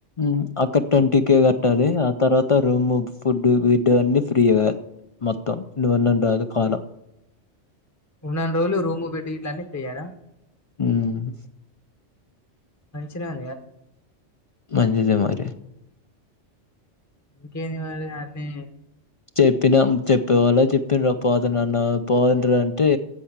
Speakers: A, on the left (about 60°); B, on the left (about 15°).
A: ఉమ్ అక్కడ ట్వంటీ కే గట్ ట్టాలి ఆ తర్వాత రూమ్, ఫుడ్, బెడ్ అన్ని ఫ్రీగా మొత్తం నువున్నంతర్వత కాలం
B: ఉన్నన్ని రోజులు రూము, బెడ్ గిట్లా అన్ని ఫ్రీయేనా?
A: ఉమ్
B: మంచిగనే ఉన్
A: మంచిదే మరి
B: ఇంకేంది మరి అన్ని
A: చెప్పిన చెప్పేవాళ్ళక్ చెప్పిన్ర పోతనన్న పొండ్ర అంటే